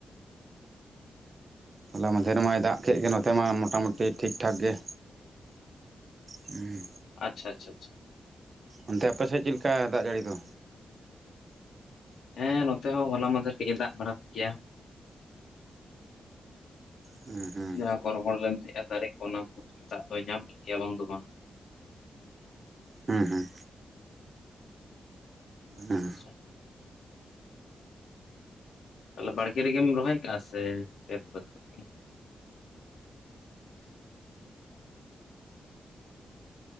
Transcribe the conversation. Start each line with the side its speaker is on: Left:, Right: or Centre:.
Left: <inaudible>
Right: ᱦᱚᱞᱟ ᱢᱟᱫᱷᱮᱨ ᱢᱟᱭ ᱫᱟᱜ ᱠᱮᱫ ᱜᱮ ᱱᱚᱛᱼᱼ ᱱᱚᱱᱛᱮ ᱢᱟ ᱢᱚᱴᱟ-ᱢᱩᱴᱤ ᱴᱷᱤᱠ-ᱴᱷᱟᱠ ᱜᱮ ᱦᱩᱸ
Left: ᱟᱪᱪᱷᱟ ᱪᱷᱟ-ᱪᱷᱟ
Right: ᱚᱱᱛᱮ ᱟᱯᱮᱥᱮᱫ ᱪᱮᱫ ᱞᱮᱠᱟ ᱫᱟᱜ ᱡᱟᱹᱲᱤ ᱫᱚ?
Left: ᱦᱮᱸ ᱱᱚᱛᱮ ᱦᱚᱸ ᱦᱚᱱᱟ ᱢᱟᱫᱷᱮᱨ ᱠᱟᱹᱡ ᱮ ᱫᱟᱜ ᱵᱟᱲᱟ ᱠᱮᱭᱟ᱾
Right: ᱦᱩᱸ ᱦᱩᱸ
Left: ᱡᱟᱦᱟᱸ ᱨᱚᱦᱚᱲ ᱞᱮᱱ ᱛᱟᱦᱮᱸᱜ ᱟ ᱫᱟᱨᱮ ᱠᱚ ᱚᱱᱟ ᱠᱚ ᱥᱮᱛᱟᱜ ᱫᱚᱭ ᱧᱟᱢ ᱠᱮᱫ ᱜᱮᱭᱟ ᱵᱟᱝ ᱫᱚ ᱵᱟᱝ᱾
Right: ᱦᱩᱸ-ᱦᱩᱸ ᱦᱩᱸ
Left: ᱟᱪᱪᱷᱟ ᱛᱟᱦᱚᱞᱮ ᱵᱟᱲᱜᱮ ᱨᱮᱜᱮᱢ ᱨᱚᱦᱚᱭ ᱠᱟᱜ-ᱟ ᱥᱮ ᱠᱷᱮᱛ ᱵᱟᱹᱛ ᱠᱚᱨᱮ ᱜᱮ?